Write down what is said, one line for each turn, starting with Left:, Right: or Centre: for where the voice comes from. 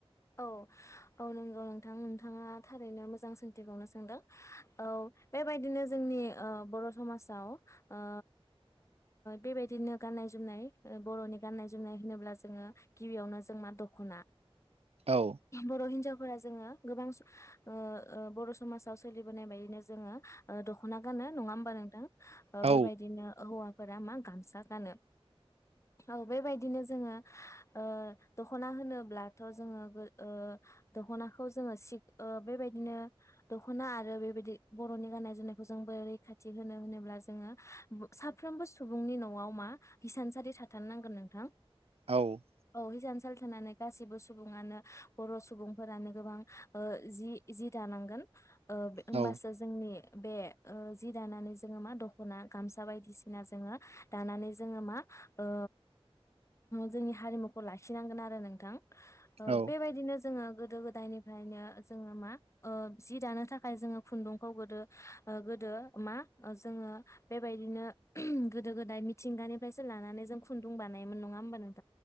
Left: औ औ नंगौ नोंथां नोंथाङा थारैनो मोजां सोंथिखौनो सोंदों औ बेबायदिनो जोंनि ओ बर' समाजाव ओ बेबायदिनो गाननाय जोमनाय बर'नि गाननाय जोमनाय होनोब्ला जोङो गिबियावनो जों मा दख'ना
Right: औ
Left: बर' हिनजावफोरा जोङो गोबां स ओ ओ बर' समाजाव सोलिबोनाय बायदिनो जोङो दख दख'ना गानो नङा होमबा नोंथां ओ
Right: औ
Left: बेबायदिनो हौवा फोरा मा गामसा गानो औ बेबायदिनो जोङो ओ दख'ना होनोब्लाथ' जोङो ओ दख'नाखौ जोङो सि ओ बेबायदिनो दख'ना आरो बेबायदि बर'नि गाननाय जोमनायखौ जोंबो रैखाथि होनो होनोब्ला जोङो साफ्रोमबो सुबुंनि न'आव मा हिसानसारि थाथारनांगोन नोंथां
Right: औ
Left: <unintelligible> साल थानानै गासिबो सुबङानो बर' सुबुंफोरानो गोबां ओ जि जि दानांगोन ओ बे होमबासो
Right: औ
Left: जोंनि बे ओ जि दानानै जोङो मा दख'ना गामसा बायदिसिना जोङो दानानै जोङो मा ओ जोंनि हारिमुखौ लाखिनांगोन आरो नोंथां ओ
Right: औ
Left: बेबायदिनो जोङो गोदो गोदायनिफ्रायनो जोङो मा ओ जि दानो थाखाय जोङो खुन्दुंखौ गोदो ओ गोदो मा जोङो बेबायदिनो गोदो गोदाय मिथिंगानिफ्रायसो लानानै जों खुन्दुं बानायोमोन नङा होमबा नोंथां